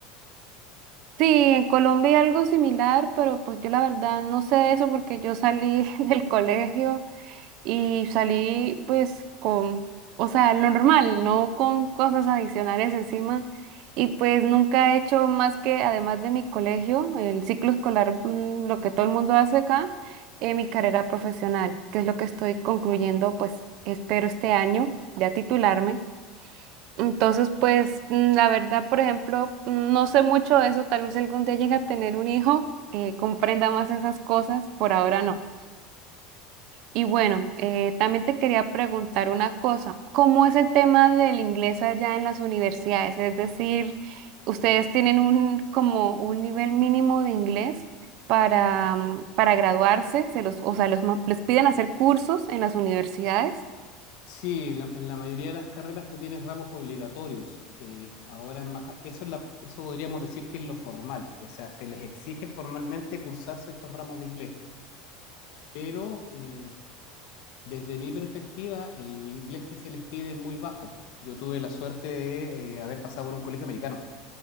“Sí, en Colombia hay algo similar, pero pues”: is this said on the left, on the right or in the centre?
Right